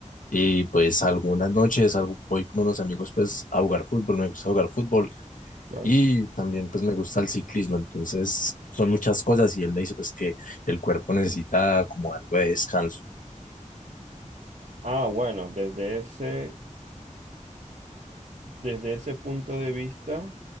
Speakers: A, on the left; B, on the right.
A: y pues algunas noches algo- voy con unos amigos pues a jugar fútbol, me gusta jugar fútbol
B: Claro.
A: y también pues me gusta el ciclismo, entonces son muchas cosas y él me dice pues que el cuerpo necesita como algo de descanso,
B: Ah, bueno, desde ese, desde ese punto de vista,